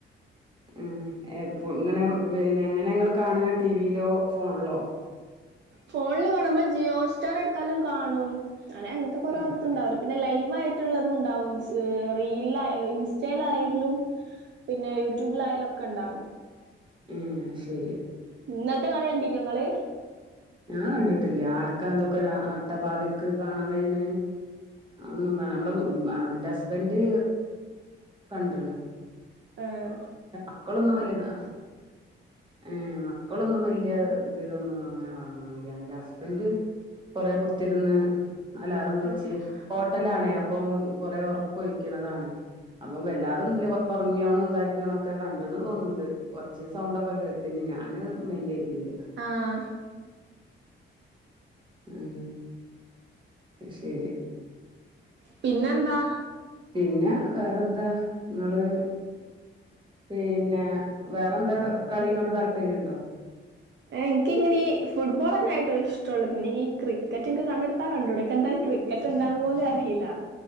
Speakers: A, on the right; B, on the right.
A: ഉം ഇങ്ങനെ പിന്നെ എങ്ങനെ നിങ്ങൾ കാണ്അ ടിവിയിലോ ഫോണ്ല്ലോ
B: ഫോണിൽ കാണുമ്പം ജിയോ സ്റ്റാർ എടുത്താലും കാണും അങ്ങെ അങ്ങനത്തെ കുറെ
A: ആഹ്
B: ഇത്ണ്ടാവില്ലേ പിന്നെ ലൈവ് ആയി ള്ളതും ണ്ടാവും റീല് ഇൻസ്റ്റേൽ ആയാലും പിന്നെ യുട ട്യൂബിലായാലൊക്കെ ഉണ്ടാവും
A: ആ ശരി
B: ഇന്നത്തെ കളിയണ്ടി ഞങ്ങള്
A: ഞാൻ കണ്ടിട്ടില്ല ആർക്കാ അതൊക്കെ അട്ടപ്പാതി ക്ക് കാണാൻ കഴീണ് ഒന്നും കാണാ നമ്മളെ എന്റെ ഹസ്ബന്ഡ് കണ്ടണ്
B: ആഹ്
A: മക്കളൊന്നും വലുതാ ഏ മക്കളൊന്നും വല്ല്യ ഇതിലൊന്നും അങ്ങനെ കാണുന്നുല്ല്യ എന്റെ ഹസ്ബന്റ് കൊറേ കുത്തിരുന്ന് അലാറം വെച്ച്
B: ആഹ്
A: ഹോട്ടലാണേ ഇപ്പോം കൊറേ ഒറക്കം ഒഴിക്കുന്നതാണ് അപ്പം വല്ലാതൊന്നും ഇല്ല കൊറേ ഒറങ്ങിയോണം ഇതാ യണൊക്കെ കണ്ട്ണ്‌ തോന്നുന്നുണ്ട് ഒച്ചെ സൗണ്ടൊക്കെ കേട്ടിന് ഞാന് മൈന്റ് ചെയ്തില്ല
B: ആഹ്
A: ഉം ശരി
B: പിന്നെന്താ
A: പിന്നെ വേറെന്താ നിങ്ങള് പിന്നെ വേറെന്താ കളീനോട് താല്പര്യം ഉണ്ടോ
B: ഏഹ് എനിക്കിങ്ങിനീ ഫുട്ബോൾ തന്നെയായിട്ടുള്ള ഇഷ്ട്ടൊള്ളൂ പിന്നെ ഇനി ക്രിക്കറ്റ് എൻക്ക് കണ്ണെടുത്താ കണ്ടൂട എൻക്ക് എന്തായാലും ക്രിക്കറ്റ് എന്താണെന്ന് പോലും അറിയില്ല